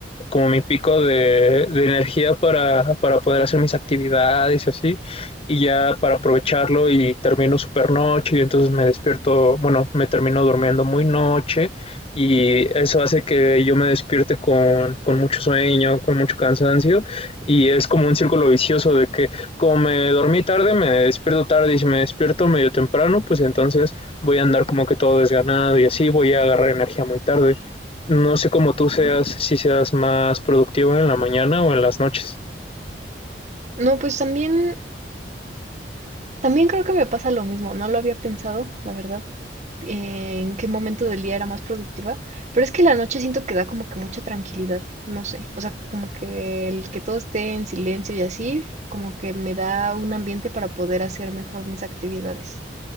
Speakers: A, on the left; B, on the right.
A: como mi pico de, de energía para, para poder hacer mis actividades y así, y ya para aprovecharlo y termino super noche y entonces me despierto, bueno, me termino durmiendo muy noche y eso hace que yo me despierte con, con mucho sueño, con mucho cansancio y es como un círculo vicioso de que como me dormí tarde, me despierto tarde y si me despierto medio temprano, pues entonces voy a andar como que todo desganado y así voy a agarrar energía muy tarde. No sé cómo tú seas, si seas más productivo en la mañana o en las noches.
B: No, pues también, también creo que me pasa lo mismo, no lo había pensado, la verdad. eh, en qué momento del día era más productiva, pero es que la noche siento que da como que mucha tranquilidad, no sé, o sea, como que el que todo esté en silencio y así, como que me da un ambiente para poder hacer mejor mis actividades.